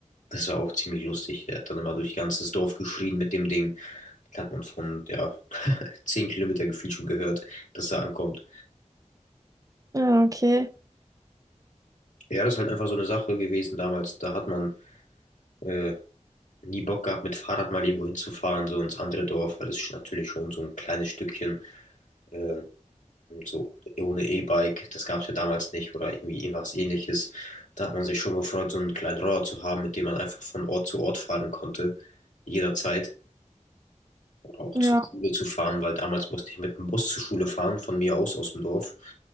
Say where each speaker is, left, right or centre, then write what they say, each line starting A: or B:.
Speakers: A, on the left; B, on the right.
A: Das war auch ziemlich lustig. Der hat dann immer durch ganzes Dorf geschrien mit dem Ding. Das hat man von, ja, <laughs> 10 Kilometer gefühlt schon gehört, dass er ankommt.
B: Ja, okay.
A: Ja, das ist halt einfach so eine Sache gewesen damals. Da hat man äh, nie Bock gehabt, mit Fahrrad mal irgendwo hinzufahren, so ins andere Dorf, weil es ist natürlich schon so ein kleines Stückchen, äh, und so ohne E-Bike, das gab es ja damals nicht oder irgendwie irgendwas ähnliches. Da hat man sich schon gefreut, so einen kleinen Roller zu haben, mit dem man einfach von Ort zu Ort fahren konnte, jederzeit auch
B: Ja.
A: zur Schule zu fahren, weil damals musste ich mit dem Bus zur Schule fahren, von mir aus, aus dem Dorf.